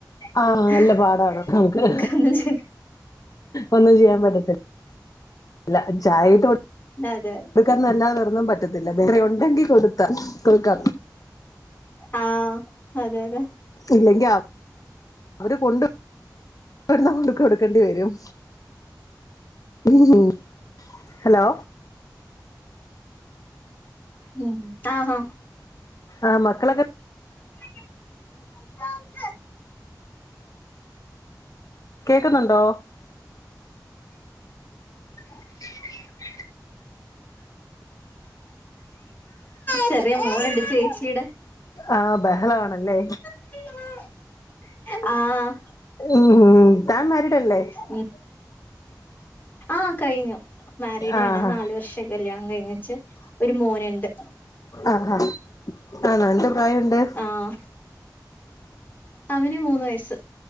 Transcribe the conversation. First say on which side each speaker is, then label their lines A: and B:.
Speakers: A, on the left; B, on the left.
A: ആഹ്
B: ഹ്
A: നല്ല പാടാണ് നമുക്ക്
B: നമ്മക്ക് ഹ് ഒന്നും ചെയ
A: ഒന്നും ചെയ്യാൻ പറ്റത്തില്ല ല്ലാ ചായേ ട്ടൊ
B: അതെയതെ
A: കൊടുക്കാന്നല്ലാ വെറൊന്നും പറ്റത്തില്ല വേറെ ഒണ്ടെങ് കികൊടുത്താം കൊടുക്കാം
B: ആഹ് അതെയതെ
A: ഇല്ലെങ്കിഅപ് അവര് കൊണ്ട് വരുന്ന കൊണ്ട്കൊടുക്കണ്ടി വരും ഉംഹും ഹലോ
B: ഉം ആഹ് ഹാ
A: ആഹ് മക്കളൊക്കെ
B: <inaudible>
A: കേക്ക്ന്നൊണ്ടോ? <inaudible>
B: ചെറിയ മോളുണ്ട് ചേച്ചീടെ
A: ആഹ് ബഹളവാണല്ലേ
B: <unintelligible> ആഹ്
A: ഉംഹും താൻ മാരീടല്ലേ
B: ഉം ആഹ് കഴിഞ്ഞു മാരിഡാണ്
A: ആഹ്
B: നാലു വർഷായി കല്യാണം കഴിഞ്ഞേച്ച് ഒരു മോന്ണ്ട്
A: ആഹാ ആണാ എന്ത് പ്രായോണ്ട്?
B: ആഹ് അവന് മൂന്ന് വയസ്സ്